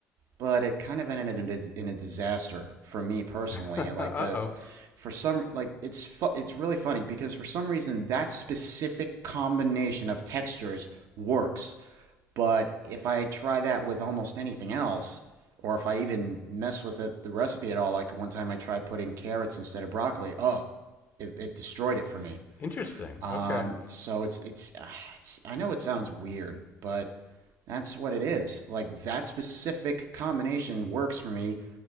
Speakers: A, on the right (about 70°); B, on the left (about 35°).
A: but it kind of ended in a, in a disaster for me personally.
B: <laughs>
A: Like
B: uh
A: the
B: oh,
A: for some like it's fu- it's really funny because for some reason that specific combination of textures works, but if I try that with almost anything else or if I even mess with it, the recipe at all, like one time I tried putting carrots instead of broccoli, oh, it, it destroyed it for me.
B: interesting.
A: Um,
B: Okay,
A: so it's it's ah, it's I know it sounds weird, but that's what it is. Like that specific combination works for me